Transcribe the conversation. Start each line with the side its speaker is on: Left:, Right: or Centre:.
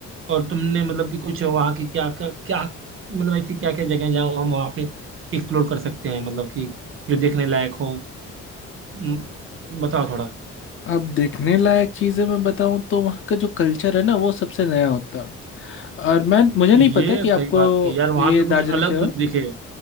Right: और तुमने मतलब कि कुछ वहाँ की क्या क्या, क्या मतलब ऐसी क्या क्या जगह जहाँ हम वहाँ पे एक्सप्लोर कर सकते हैं मतलब कि जो देखने लायक हो हम्म, बताओ थोड़ा
Left: अब देखने लायक चीज़ें मैं बताऊँ तो वहाँ का जो कल्चर है ना वो सबसे नया होता है और मैं मुझे नहीं
Right: ये
Left: पता कि
Right: सही
Left: आपको
Right: बात है यार वहाँ
Left: ये
Right: पे
Left: दार्जिलिंग
Right: कुछ अलग
Left: का
Right: तो दिखेगा